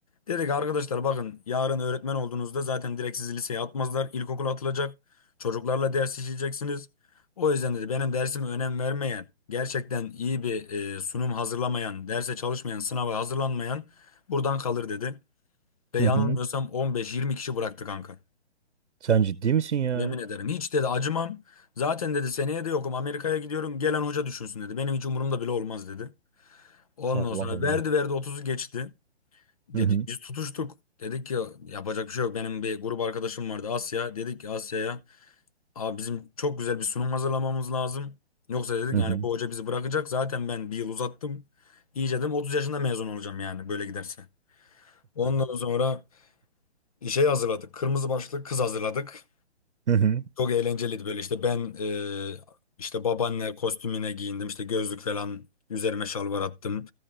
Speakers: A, on the left; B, on the right.
A: Dedik arkadaşlar bakın yarın öğretmen olduğunuzda zaten direkt sizi liseye atmazlar. İlkokul atılacak. Çocuklarla ders işleyeceksiniz. O yüzden dedi benim dersime önem vermeyen, gerçekten iyi bir e, sunum hazırlamayan, derse çalışmayan, sınava hazırlanmayan buradan kalır dedi. Ve
B: hı
A: yanılmıyorsam
B: hı.
A: 15-20 kişi bıraktı kanka.
B: Sen ciddi misin ya?
A: Yemin ederim hiç dedi acımam. Zaten dedi seneye de yokum Amerika'ya gidiyorum gelen hoca düşünsün dedi. Benim hiç umurumda bile olmaz dedi. Ondan
B: Allah
A: sonra
B: Allah.
A: verdi verdi otuzu geçti. Dedi
B: Hı hı,
A: biz tutuştuk. Dedik ki yapacak bir şey yok. Benim bir grup arkadaşım vardı Asya. Dedik ki Asya'ya abi bizim çok güzel bir sunum hazırlamamız lazım. Yoksa dedik
B: hı
A: yani
B: hı,
A: bu hoca bizi bırakacak. Zaten ben bir yıl uzattım. İyice dedim 30 yaşında mezun olacağım yani böyle giderse. Ondan sonra işe hazırladık. Kırmızı başlık kız hazırladık.
B: hı hı,
A: Çok eğlenceliydi böyle işte ben e, işte babaanne kostümüne giyindim işte gözlük falan üzerime şalvar attım.